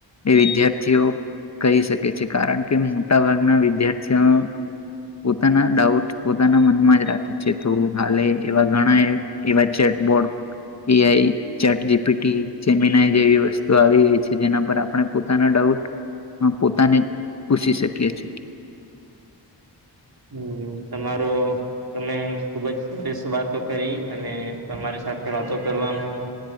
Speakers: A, on the left; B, on the right.
A: એ વિદ્યાર્થીઓ કહી શકે છે કારણ કે મોટા ભાગના વિદ્યાર્થીઓ પોતાના ડાઉટ પોતાના મનમાં જ રાખે છે તો હાલે એવા ઘણા એ એવા ચેકબોર્ડ એ લઈ ચેટ જીપીટી જેમીનાઈ જેવી વસ્તુ આવી ગઈ છે જેના પર આપણે પોતાનો ડાઉટ પોતાને જ પૂછી શકીએ છી
B: <inaudible> તમારો તમે ખુબ જ સરસ વાતો કરી અને તમારી સાથે વાતો કરવાનું